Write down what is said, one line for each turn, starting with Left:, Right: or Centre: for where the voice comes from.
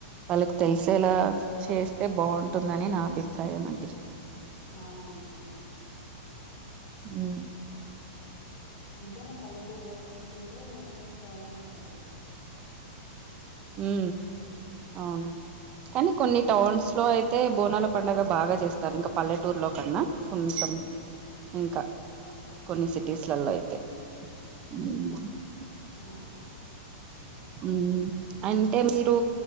Right: వాళ్ళకు తెలిసేలా
Left: హ్మ్
Right: చేస్తే బాగుంటుందని నా అభిప్రాయం అండి
Left: అవును
Right: ఉమ్
Left: ఎంతైనా పల్లెటూరులో పల్లెటూరే టౌను టౌనే
Right: ఉ అవును కానీ కొన్ని టౌన్స్ లో అయితే బోనాల పండగ బాగా చేస్తారు ఇంకా పల్లెటూర్లో కన్నా కొంచెం ఇంకా కొన్ని సిటీస్లలో అయితే ఉమ్
Left: అవును
Right: ఉమ్ అంటే మీరు